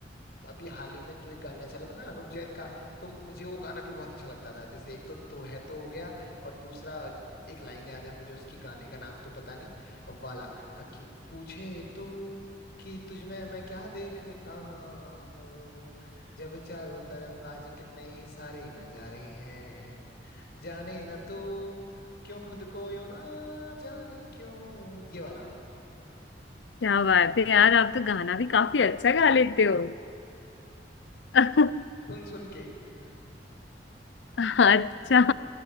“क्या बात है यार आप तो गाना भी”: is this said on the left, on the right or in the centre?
Left